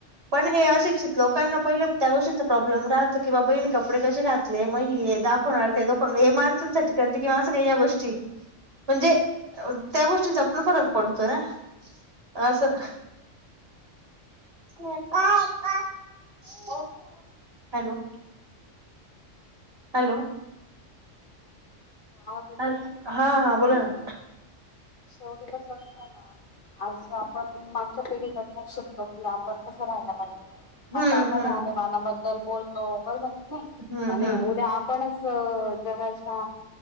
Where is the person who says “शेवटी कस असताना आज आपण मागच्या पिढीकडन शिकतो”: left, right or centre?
Left